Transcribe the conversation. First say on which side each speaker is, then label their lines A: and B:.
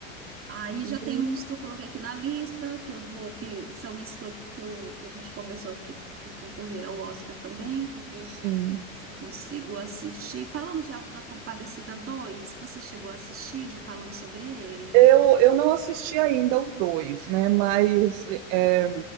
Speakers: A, on the right; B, on the right.
A: Aí
B: E
A: já tem uns que eu coloquei aqui na lista, que eu vou, que são esses que, eu, que, eu, que a gente conversou que, que concorreram ao Oscar também. Vou ver
B: sim,
A: se eu consigo assistir. Falamos de Auto da Compadecida dois Você chegou a assistir? Já falamos sobre ele?
B: eu eu não assisti ainda o 2, né, mas é,